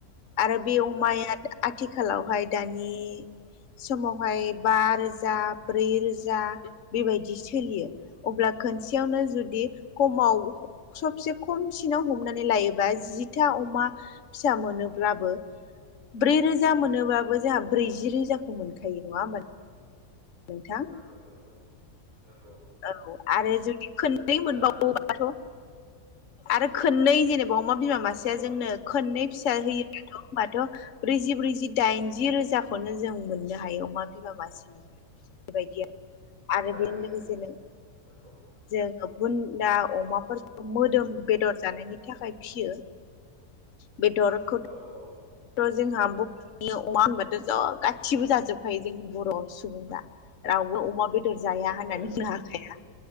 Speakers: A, on the left; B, on the right.
A: आरो
B: औ
A: बे अमाया
B: दा
A: आथिखालावहाय दानि समावहाय बा रोजा ब्रै रोजा बेबायदि सोलियो। अब्ला खोनसेयावनो जुदि खमाव सबसे खमसिनाव हमनानै लायोबा जिथा अमा फिसा मोनोब्लाबो ब्रै रोजा मोनोबाबो जोहा ब्रैजि रोजाखौ मोनखायो नङा होमबा नोंथां
B: नंगौ नंगौ नंगौ
A: औ आरो जुदि खोननै मोनबावोबा
B: दा
A: थ आरो खोननै जेनेबा अमा बिमा मासेया
B: औ
A: जोंनो
B: औ
A: खोननै फि सा होयो ब्लाथ' होनबाथ' ब्रैजि ब्रैजि दाइनजि रोजाखौनो जों मोननो हायो अमा बिमा मासेनिफ्राय बेबायदि आरो आरो
B: थारैनो
A: बेजों लोगोसे
B: नंगौ
A: नों
B: नंगौ
A: जोङो बुन्दा अमाफोरखौ मोदोम बेदर जानायनि थाखाय फियो बे दरखौ
B: औ औ
A: थ' जोंहा बरनि अमा होनबाथ' ज' गासिबो जाजोबखायो जोंनि बर' सुबुंफ्रा रावबो अमा बेद दर जाया होननानै
B: जायो
A: बुंनो
B: जायो
A: हाखाया